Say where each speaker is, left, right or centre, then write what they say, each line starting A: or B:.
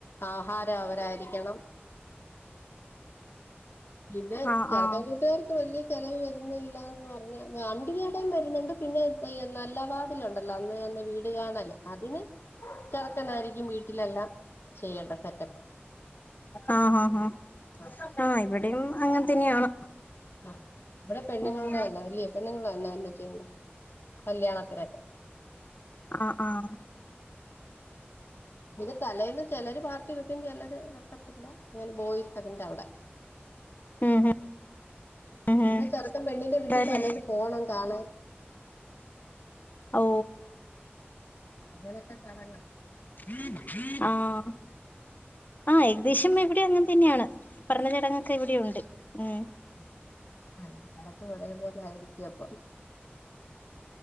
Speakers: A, on the left (about 65°); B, on the left (about 45°).
A: ആഹാരം അവരായിരി ക്കണം പിന്നെ
B: ആഹ്
A: ചെറക്കൻ
B: ആഹ്
A: വീട്ടാർക്ക് വല്ല്യ ചെലവ് വരുന്നില്ലന്ന് പറഞ്ഞാ <unintelligible> കുടിയടം വര്ന്നുണ്ട് പിന്നെ നല്ല വാതിലുണ്ടല്ലോ അന്ന് തന്നെ വീട് കാണല് അതിന് ചെറ്ക്കനായിരിക്കും വീട്ടിലെല്ലാം ചെയ്യേണ്ട സെറ്റപ്പ്
B: ആഹ് ആഹ്
A: ആ
B: ഹാ ഇവടിം അങ്ങനെ തന്നെയാണ്
A: ആഹ് ഇവടെ പെണ്ണ്‌ങ്ങള്ടെ
B: ഉം
A: തന്നെ അല്ലേ പെണ്ണ്ങ്ങള് തന്നെ എല്ലാ ചെയ്യ്ന്നെ കല്യാണത്തിനൊക്കെ
B: ആഹ് ആഹ്.
A: ഇത് തലേന്ന് ചിലര് പാർട്ടി വെക്കും ചിലര് വെക്കത്തില്ല അങ്ങനെ ബോയ്സ് അതിന്റെ അവിടെ-
B: ഉം ഉം ഉം
A: പിന്നെ
B: ഉം
A: ചെറുക്കൻ പെണ്ണിന്റെ വീട്ടിൽ
B: അതെ
A: തലേന്ന് പോണം കാണാൻ.
B: ഓ..
A: അങ്ങനെയൊക്കെ ചടങ്ങ്.
B: <inaudible> ആഹ്.. ആഹ്, ഏകദേശം ഇവിടെ അങ്ങനെ തന്നെയാണ്. പറഞ്ഞ ചടങ്ങൊക്കെ ഇവിടെയുണ്ട്. ഉം.
A: ആഹ് ആഹ് എല്ലാടത്തും ഒരേപോലെ ആയിരിക്ക്യും അപ്പം